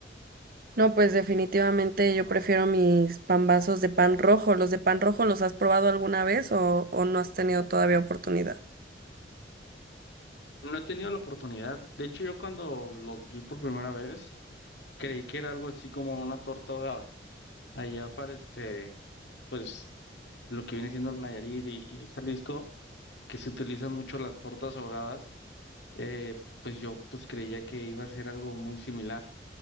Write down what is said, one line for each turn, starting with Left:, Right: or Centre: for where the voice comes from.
Right: No, pues definitivamente yo prefiero mis pambazos de pan rojo. ¿Los de pan rojo los has probado alguna vez o, o no has tenido todavía oportunidad?
Left: No he tenido la oportunidad, de hecho yo cuando los vi por primera vez creí que era algo así como una torta ahogada allá para este pues lo que viene siendo Nayarit y, y Jalisco, que se utilizan mucho las tortas ahogadas, eh, pues yo pues creía que iba a ser algo muy similar.